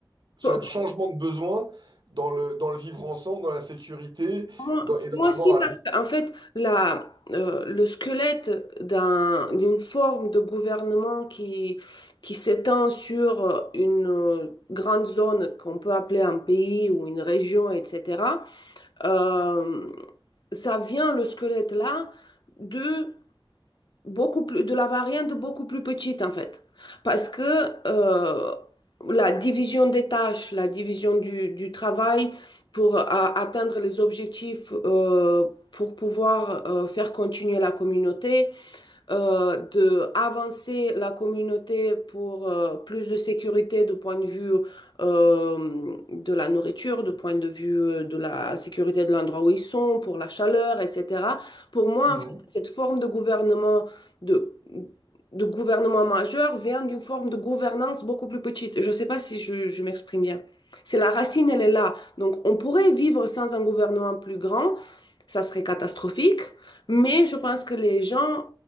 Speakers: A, on the right; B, on the left.
A: C'est
B: Pour,
A: un changement de besoin dans le, dans le vivre ensemble, dans la sécurité
B: Moi,
A: dans- et dans
B: moi
A: la
B: aussi,
A: morale.
B: parce qu'en fait, la, euh, le squelette d'un, d'une forme de gouvernement qui, qui s'étend sur euh, une euh, grande zone qu'on peut appeler un pays ou une région, etc., euh, ça vient, le squelette là, de beaucoup plus, de la variante beaucoup plus petite en fait. Parce que euh, la division des tâches, la division du, du travail pour a- atteindre les objectifs, euh, pour pouvoir euh, faire continuer la communauté, euh, de avancer la communauté pour euh, plus de sécurité du point de vue euh, de la nourriture, du point de vue euh, de la sécurité de l'endroit où ils sont, pour la chaleur, etc. Pour moi,
A: Mhm.
B: en fait, cette forme de gouvernement de de gouvernement majeur vient d'une forme de gouvernance beaucoup plus petite. Je ne sais pas si je, je m'exprime bien. C'est la racine, elle est là. Donc, on pourrait vivre sans un gouvernement plus grand, ça serait catastrophique, mais je pense que les gens